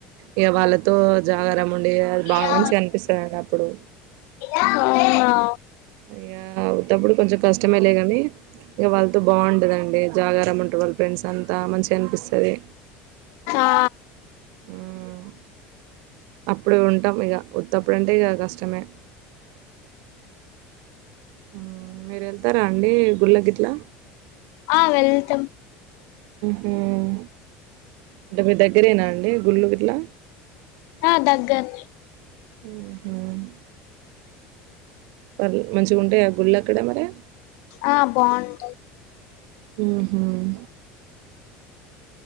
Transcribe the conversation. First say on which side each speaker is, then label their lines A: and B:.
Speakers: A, on the right; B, on the left.
A: ఇగ వాళ్ళ తో జాగారం ఉండి అది బాగా
B: ఆ
A: మంచిగా అనిపిస్తదండి అప్పుడు
B: ఆ
A: అయ్యా ఉతప్పుడు కొంచెం కష్టమే లే కానీ ఇగ వాళ్ళతో బాగుంటుందండి జాగారం ఉంటురు వాళ్ళ ఫ్రెండ్స్ అంతా మంచిగా అనిపిస్తది
B: ఆ
A: హ్మ్మ్. అప్పుడే ఉంటాం ఇగ ఉత్తప్పుడంటే ఇగ కష్టమే హ్మ్మ్ మీరు వెళ్తారా అండి గుళ్ళగిట్లా
B: ఆ వెళ్తమ్
A: హ్మ్మ్ అంటే మీ దగ్గరేనా అండి గుళ్ళు గిట్ల
B: ఆ దగ్గర్నే
A: హ్మ్మ్ వాళ్ మంచిగాగుంటాయ గుళ్ళు అక్కడ మరి
B: ఆ బాగుంటయి
A: హ్మ్మ్ హ్మ్మ్